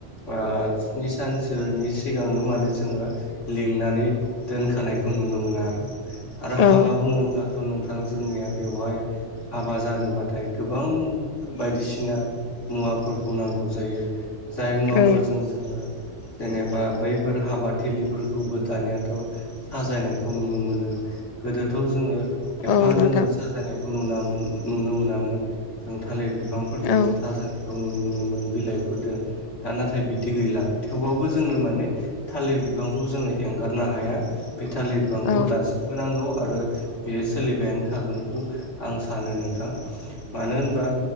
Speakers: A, on the left (about 70°); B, on the left (about 40°).
A: ओ स्नि सानसोनि सिगांनो मानोे जोङो। लिंनानै दोनखानायखौ नुनो मोनो आरो आरो हाबा
B: औ
A: बुङोब्ला थ' नोंथां जोंनिया बेवहाय हाबा जानोबाथाय गोबां बायदिसिना। मुवाफोरखौ नांगौ जायो जाय मुवाफोरजों
B: औ
A: जोङो जेनेबा बैफोर हाबा थिलिफोरखौबो दानियाथ'। साजायनायखौ नुनो मोनो गोदोथ जोङो। एफा
B: औ नोंथां
A: जोङो साजानायखौ नुनामोन नुनो मोनामोन जों थालिर बि बिफांफोरजोंनो
B: औ
A: थाजानायखौ नुनो मोनोमोन बिलाइफोरजों। दा नाथाय बिदि गैला थेवबाबबो जोंनो माने थालिर बिफांखौ जोङो एंगारनो हाया। बे थालिर बिफांखौ
B: औ
A: दासिम बोनांगौ आरो बेयो सोलिबायानो थागोनखौ आं सानो नोंथां। मानो होनबा